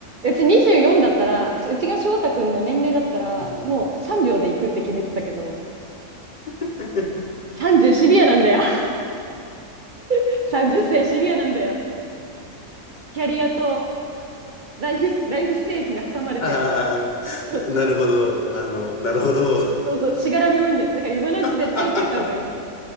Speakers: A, on the right (about 55°); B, on the left (about 55°).
A: うち24だったら、しうちが翔太くんの年齢だったら、
B: う。うん。
A: もう3秒で行くって決めてたけど、
B: <laughs>
A: 30シビアなんだよ。<laughs> 30歳シビアなんだよ。キャリアとライフス、ライフステージに挟まれて。
B: あ
A: <laughs>
B: あ、なるほど。あの、なるほど。
A: そうそう、しがらみ多いんだよ。だから今のうち絶対言っていた方がいいよ。
B: <laughs> あ